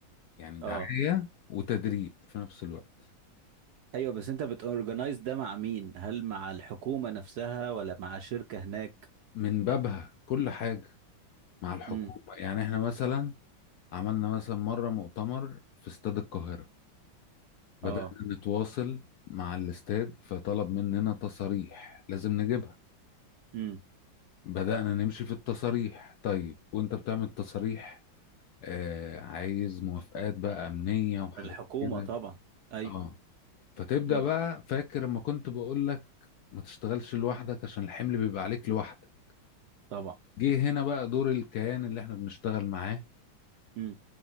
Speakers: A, on the left; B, on the right.
A: يعني
B: اه
A: دعاية وتدريب في نفس الوقت
B: ايوه بس انت بتورجنايز ده مع مين هل مع الحكومة نفسها ولا مع شركة هناك
A: من بابها كل حاجة مع الحكومة
B: امم
A: يعني احنا مثلا عملنا مثلا مرة مؤتمر في استاد القاهرة بدأنا
B: اه
A: نتواصل مع الاستاد فطلب مننا تصاريح لازم نجيبها
B: امم
A: بدأنا نمشي في التصاريح طيب وانت بتعمل تصاريح آه عايز موافقات بقى أمنية وحاجات
B: الحكومة
A: كده
B: طبعا ايوه
A: اه فتبدأ
B: امم
A: بقى فاكر لما كنت بقول لك ما تشتغلش لوحدك عشان الحمل بيبقى عليك لوحدك
B: طبعا
A: جه هنا بقى دور الكيان اللي احنا بنشتغل معاه
B: امم